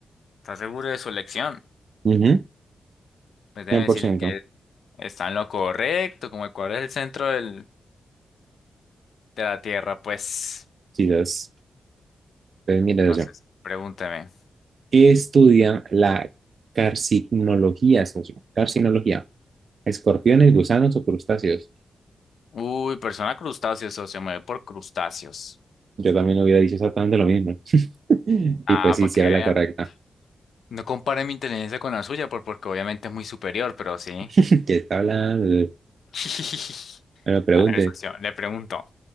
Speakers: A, on the left; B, on the right.
A: ¿Estás seguro de su elección?
B: Ujú,
A: Pues déjeme
B: 100%.
A: decirle que está en lo correcto, como Ecuador es el centro del- de la Tierra, pues.
B: Sí, entonces, pues mire,
A: Entonces,
B: socio.
A: pregúnteme.
B: ¿Qué estudia la carcinología, socio? Carcinología. ¿Escorpiones, gusanos o crustáceos?
A: Uy, persona crustáceo, socio, me voy por crustáceos.
B: Yo también hubiera dicho exactamente lo mismo. <laughs>
A: Ah,
B: Y pues sí,
A: para
B: sí
A: que
B: era
A: vea.
B: la correcta.
A: No compare mi inteligencia con la suya, por- porque obviamente es muy superior, pero sí.
B: <laughs> Que está hablando?
A: <laughs>
B: Me lo pregunte.
A: A ver, socio, le pregunto,